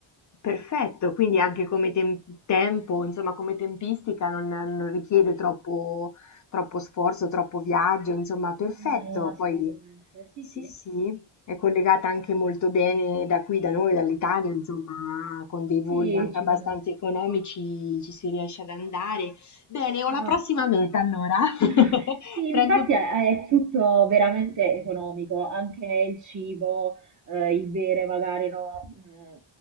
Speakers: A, on the left; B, on the right.
A: Perfetto, quindi anche come tem- tempo, insomma, come tempistica non, non richiede troppo, troppo sforzo, troppo viaggio, insomma, perfetto.
B: No, assolutamente.
A: Poi
B: Sì,
A: sì,
B: sì.
A: sì, è collegata anche molto bene da qui, da noi, dall'Italia, insomma, con dei voli
B: Sì,
A: anche
B: ci
A: abbastanza
B: sono.
A: economici ci si riesce ad andare. Bene,
B: Esatto.
A: ho la prossima meta allora. <laughs>
B: <laughs> Sì, infatti
A: Prendo
B: è, è tutto veramente economico, anche il cibo, eh, il bere magari no, mm,